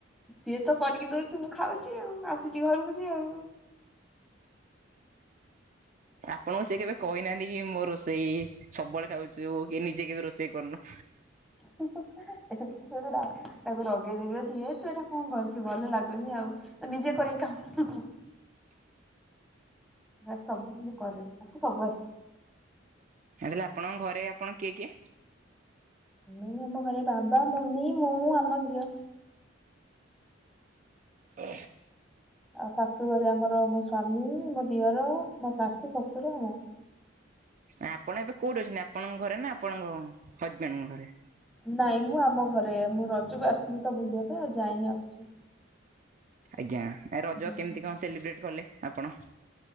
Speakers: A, in the centre; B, on the right.
A: ସିଏ ତ କରିକି ଦେଉଛି ମୁଁ ଖାଉଛି ଆଉ ଆସୁଛି ଘଡୁକୁଛି ଆଉ
B: ଆପଣଙ୍କୁ ସେ କେବେ କହିନାହାନ୍ତି କି ମୋ ରୋଷେଇ ସବୁବେଳେ ଖାଉଛୁ କି ନିଜେ କେବେ ରୋଷେଇ କରୁନୁ
A: ହୁହୁ ଏ ତାକୁ ରଗେଇଦେବି ଟିକେ ତୁ ଏଇଟା କଣ କରିଛୁ ଭଲ ଲାଗୁନି ଆଉ ନିଜେ କରିକି ଖାଉନୁ
B: ଛୁ
A: ସବୁଦିନ କରେ ତାକୁ ସବୁ ଆସେ
B: ଆଜ୍ଞା ଆପଣଙ୍କ ଘରେ ଆପଣ କିଏ କିଏ
A: ଏଇ ଆମ ଘରେ ବାବା ମମି ମୁଁ ଆମ ଝିଅ
B: ଓ
A: ଆଉ ଶାଶୁଘରେ ଆମର ମୋ ସ୍ଵାମୀ ମୋ ଦିଅର ମୋ ଶାଶୁ ଶଶୁର ଆଉ
B: ଆପଣ ଏବେ କୋଉଠି ଅଛନ୍ତି ଆପଣଙ୍କ ଘରେ ନା ଆପଣଙ୍କ ହଜବେଣ୍ଡଙ୍କ ଘରେ
A: ନାଇଁ ମୁଁ ଆମ ଘରେ ମୁଁ ରଜକୁ ଆସିଥିଲି ତ ବୁଲିବା ପାଇଁ ଆଉ ଯାଇନି ଅଛି
B: ଆଜ୍ଞା ରଜ
A: ହୁଁ।
B: କେମତି କଣ ସେଲିବ୍ରେଟ୍ କଲେ ଆପଣ